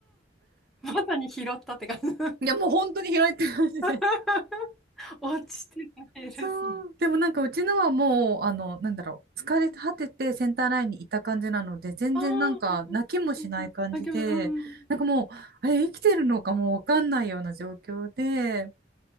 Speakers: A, in the centre; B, on the right (about 55°).
A: ー、<laughs> まさに拾ったって感じ。
B: いや、もう本当に拾えてますね
A: <laughs> 落ちてた系ですね。
B: そう。でもなんかうちのはもう、あの、なんだろう。疲れ果ててセンターラインにいた感じなので、全然なんか泣きもしない感じで、
A: ああ、うんうんうんうん。あ、餃子、うん。
B: なんかもう、あれ生きてるのかもうわかんないような状況で、